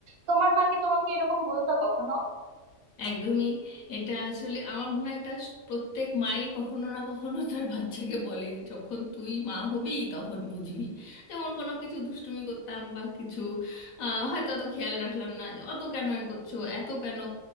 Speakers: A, on the right; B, on the left.
A: তোমার মা কি তোমাকে এরকম বলতো কখনো
B: একদমই এটা আসলে আমার মনে হয় এটা প্রত্যেক মাই কখনো না কখনো তার বাচ্চাকে বলে যে যখন তুই মা হবি তখন বুঝবি যেমন কোনো কিছু দুষ্টুমি করতাম বা কিছু আহ, হয়তো অত খেয়াল রাখলাম না যে অত কেন এ করছো এত কেন